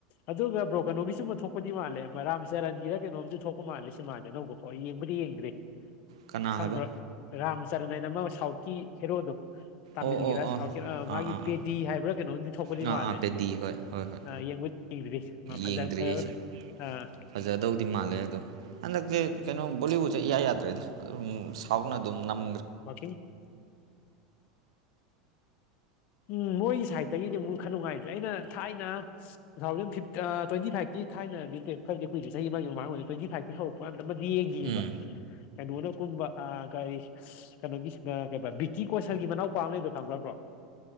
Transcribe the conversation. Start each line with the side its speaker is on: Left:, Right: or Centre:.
Left: ꯑꯗꯨꯒ ꯕ꯭ꯔꯣ ꯀꯩꯅꯣꯒꯤꯁꯨ ꯑꯃ ꯊꯣꯛꯄꯗꯤ ꯃꯥꯜꯂꯦ ꯃꯔꯥꯝ ꯆꯔꯟꯒꯤꯔ ꯀꯩꯅꯣꯝꯗꯤ ꯊꯣꯛꯄ ꯃꯥꯜꯂꯦ ꯁꯤꯃꯥꯁꯦ ꯑꯅꯧꯕꯀꯣ ꯌꯦꯡꯕꯨꯗꯤ ꯌꯦꯡꯗ꯭ꯔꯤ
Right: ꯀꯅꯥ
Left: ꯈꯪꯕ꯭ꯔꯥ
Right: ꯍꯥꯏꯕ
Left: ꯔꯥꯝꯆꯔꯟ ꯍꯥꯏꯅ ꯑꯃ ꯁꯥꯎꯠꯀꯤ ꯍꯦꯔꯣꯗꯣ ꯇꯥꯃꯤꯜꯒꯤꯔ
Right: ꯑꯣ ꯑꯣ ꯑꯣ
Left: ꯁꯥꯎꯠꯀꯤꯔ ꯃꯥꯒꯤ
Right: ꯑꯥ ꯑꯥ
Left: ꯄꯦꯗꯤ
Right: ꯑꯥ
Left: ꯍꯥꯏꯕ꯭ꯔꯥ ꯀꯩꯅꯣꯝꯗꯤ ꯊꯣꯛꯄꯗꯤ
Right: ꯑꯥ
Left: ꯃꯥꯜꯂꯦ
Right: ꯑꯥ ꯄꯦꯗꯤ ꯍꯣꯏ ꯍꯣꯏ ꯍꯣꯏ
Left: ꯑꯥ ꯌꯦꯡꯕꯨꯗꯤ ꯌꯦꯡꯗ꯭ꯔꯤ ꯐꯖ
Right: ꯌꯦꯡꯗ꯭ꯔꯤ
Left: ꯐ
Right: ꯑꯩꯁꯨ
Left: ꯑꯥ
Right: ꯐꯖꯗꯧꯗꯤ ꯃꯥꯜꯂꯦ ꯑꯗꯣ ꯍꯟꯗꯛꯇꯤ ꯀꯩꯅꯣ ꯕꯣꯂꯤꯋꯨꯗꯁꯦ ꯏꯌꯥ ꯌꯥꯗ꯭ꯔꯦꯗ ꯑꯗꯨꯝ ꯁꯥꯎꯠꯅ ꯑꯗꯨꯝ ꯅꯝ
Left: ꯋꯥꯀꯤꯡ ꯎꯝ ꯃꯣꯏꯒꯤ ꯁꯥꯏꯗꯠꯇꯒꯤꯗꯤ ꯑꯃꯨꯛ ꯈ ꯅꯨꯡꯉꯥꯏꯇꯦ ꯑꯩꯅ ꯊꯥꯏꯅ ꯇꯨ ꯊꯥꯎꯖꯟ ꯐꯤꯕ ꯑꯥ ꯇ꯭ꯋꯦꯟꯇꯤ ꯐꯥꯏꯚꯀꯤ ꯊꯥꯏꯅꯗꯤ ꯅꯠꯇꯦ ꯈꯔꯗꯤ ꯀꯨꯏꯦ ꯆꯍꯤ ꯑꯃꯒꯤ ꯃꯃꯥꯡ ꯑꯣꯏꯅꯤ ꯇ꯭ꯋꯦꯟꯇꯤ ꯐꯥꯏꯚꯀꯤ ꯍꯧꯔꯛꯄ ꯀꯥꯟꯗ ꯑꯃꯗꯤ ꯌꯦꯡꯒꯤꯕ
Right: ꯎꯝ
Left: ꯀꯩꯅꯣꯅ ꯀꯨꯝꯕ ꯑꯥ ꯀꯔꯤ ꯀꯩꯅꯣꯒꯤ ꯑꯥ ꯀꯩꯕ ꯕꯤꯀꯤ ꯀꯣꯁꯜꯒꯤ ꯃꯅꯥꯎꯄꯥꯥꯃ ꯂꯩꯗꯣ ꯈꯪꯕ꯭ꯔ ꯕꯣꯔ